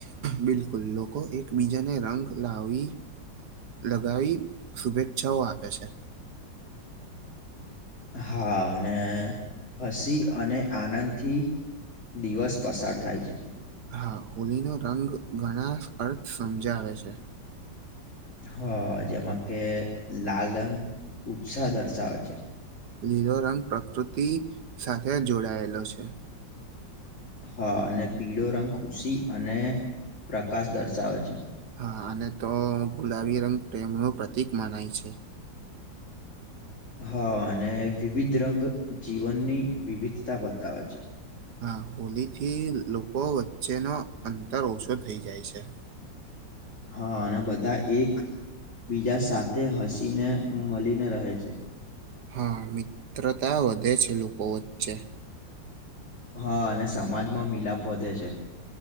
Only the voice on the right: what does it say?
બિલકુલ લોકો એકબીજાને રંગ લાવી લગાવી શુભેચ્છાઓ આપે છે.
હા હોલીનો રંગ ઘણા અર્થ સમજાવે છે.
લીલો રંગ પ્રકૃતિ સાથે જોડાયેલો છે.
હા અને તો ગુલાબી રંગ પ્રેમનું પ્રતિક મનાય છે.
હા હોલી થી લોકો વચ્ચેનો અંતર ઓછો થઈ જાય છે.
હા મિત્રતા વધે છે લોકો વચ્ચે.